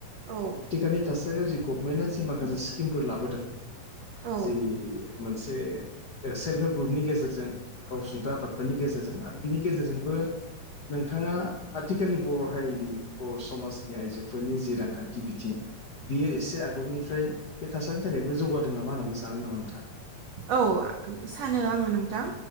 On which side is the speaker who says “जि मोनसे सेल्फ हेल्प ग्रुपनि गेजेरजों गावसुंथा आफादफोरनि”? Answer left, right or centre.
Left